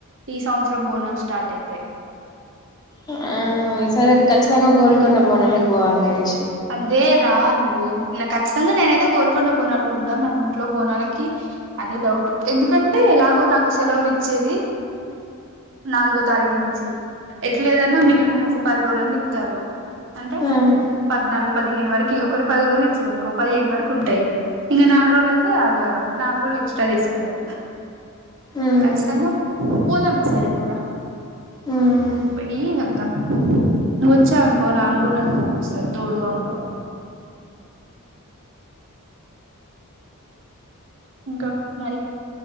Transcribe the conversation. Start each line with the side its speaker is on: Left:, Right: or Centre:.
Right: ఈ సంవత్సరం బోనాలు స్టార్ట్ అయితాయి.
Left: ఆ. ఈ సారి అతే ఖచ్చితంగా గోల్డ్కొండ బోనాలకి పోవాలనే రిషి.
Right: అదే రా నువ్వు ఖచ్చితంగా నేనైతే గోల్కొండ బోనాలకు ఉంటాం మన ఇంట్లో బోనాలకి. అదే డౌట్ ఎందుకంటే ఎలాగో నాకు సెలవులు ఇచ్చేది. నాలుగో తారీఖు నుంచి. ఎట్ లేదన్నా మినిమం ఒక పది రోజులన్న ఇత్తారు అంటే.
Left: ఉమ్
Right: పద్నాలుగు పదిహేను వరకు ఒకరిరు పది రోజులు ఇచ్చారు ఇకో పదిహేను వరకు ఉంటాయి. ఇంకా నాలు రోజులు అయితే ఆదివారం నాలుగు రోజులు ఎక్స్ట్రా తీసుకోవాలే.
Left: ఉమ్ ఉమ్
Right: ఖచ్చితంగాం పోదమ సార్న్నూరా.
Left: ఉమ్
Right: పోయ్య అద్దాం నువ్వు వచ్చావు అనుకో నాన్న కూడా నాకు పంపిస్తాడు. తోడుగా ఉండవుగా. ఇంకా మరి.